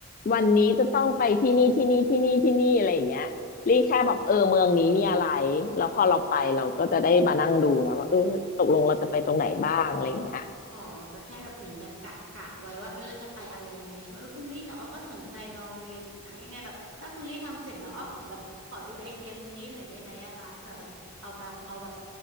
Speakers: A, on the left; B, on the right.
A: วันนี้จะต้องไปที่นี่ที่นี่ที่นี่ที่นี่อะไรอย่างเงี้ยลี่แค่แบบเออเมืองนี้มีอะไรแล้วพอเราไปเราก็จะได้มานั่งดูไงว่าเออตกลงเราจะไปตรงไหนบ้างอะไรอย่างเงี้ย
B: อ๋อ ก็แค่แบบเหมือนแบบกะกะไว้ว่าเออเราจะไปอะไรยังไงใช่ไหมเออคุณลี่แต่อ้อก็สนใจนอร์เวย์อยู่นะยังไงแบบถ้าคุณลี่ทำเสร็จแล้วอ้อขอแบบขอดูไอเดียคุณลี่หน่อยได้ไหมอะคะเผื่อแบบเอาไปเอาแบบ